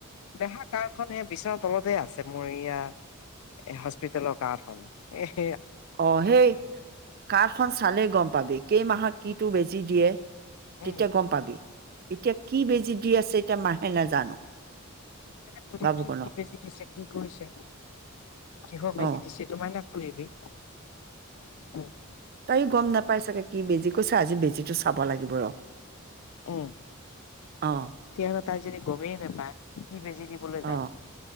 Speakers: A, on the left; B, on the right.
A: দেহা কাৰ্ডখন এ বিচনা তলতে আছে মোৰ ইয়া হস্পিতালৰ কাৰ্ডখন এহ।
B: অ সেই কাৰ্ডখন চালে গম পাবি কেইমাহত কিটো বেজী। দি দিয়ে। তেতিয়া
A: উম
B: গম পাবি। এতিয়া কি বেজী দি আছে এতিয়া মাহে নাজানো।
A: সুধিবিছোন
B: বাবুকণক
A: কি বেজি দিছে, কি কৰিছে, কিহৰ বেজি
B: অঁ
A: দিছে তোমাৰ ন কৰিবি উম।
B: তাইও গম নাপাই চাগে কি বেজি কৈছে আজি বেজিটো চাব লাগিব ৰ।
A: উম
B: অঁ
A: কিয়নো তাইযদি গমেই নাপায় কি বেজি দিবলৈ যায়।
B: অঁ